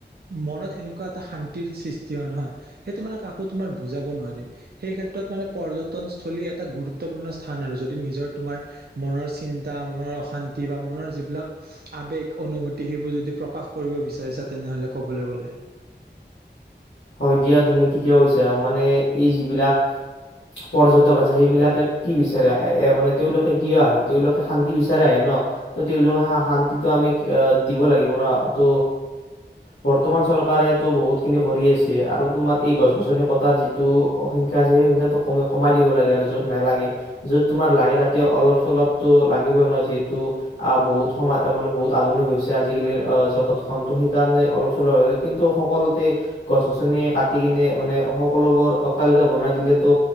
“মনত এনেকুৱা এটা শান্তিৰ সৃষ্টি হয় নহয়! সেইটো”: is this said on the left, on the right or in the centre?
Right